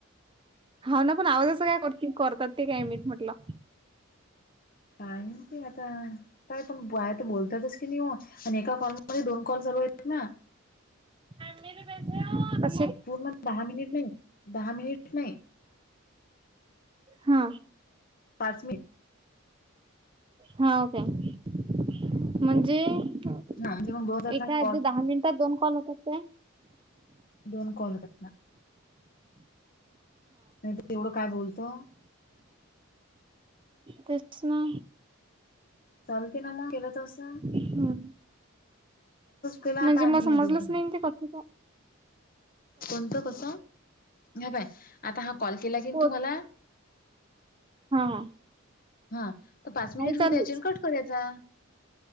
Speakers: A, on the right; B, on the left.
A: हा ना पण आवाज असं काय कर करतात ते काय मी म्हटलं.
B: काय ते आता. काय पण बाय तर बोलतातच की नाही आणि एका कॉलमध्ये दोन कॉल चालू आहेत ना.
A: पैसे.
B: पूर्ण दहा मिनिट नाही दहा मिनिट. नाही
A: हा
B: पाच मिट
A: हा ओके म्हणजे एका
B: हा म्हणजे मग दोन जात ना
A: ह्याच्यात
B: कॉल
A: दहा मिनिटात दोन कॉल होतात काय.
B: दोन कॉल करन नाही ते एवढं काय बोलतो.
A: तेच ना.
B: चालते ना मग केलं तस,
A: हम
B: केलं आता
A: म्हणजे मला
B: आम्ही
A: समजलंच
B: या दोघीनी
A: नाही ते कस का.
B: कोणतं कस ह बाय आता हा कॉल केला की
A: हा
B: तुम्हाला.
A: हा
B: हा तर पाच मिनिट
A: हाय चालूच.
B: हो द्यायचे कट करायचा.